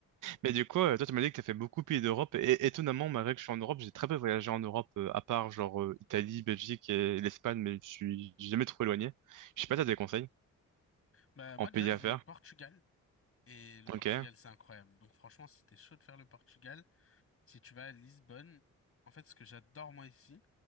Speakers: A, on the right; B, on the left.
A: Mais du coup, euh, toi, tu m'as dit que tu as fait beaucoup de pays d'Europe. Et étonnamment, malgré que je suis en Europe, j'ai très peu voyagé en Europe, euh, à part genre euh, Italie, Belgique et l'Espagne, mais je suis j'ai jamais trop éloigné. Je sais
B: Ouais.
A: pas, si t'as des conseils
B: Bah moi
A: en pays
B: déjà, je
A: à
B: vis
A: faire?
B: au Portugal, et le Portugal,
A: Ok,
B: c'est incroyable. Donc franchement, si t'es chaud de faire le Portugal, si tu vas à Lisbonne, en fait, ce que j'adore moi ici,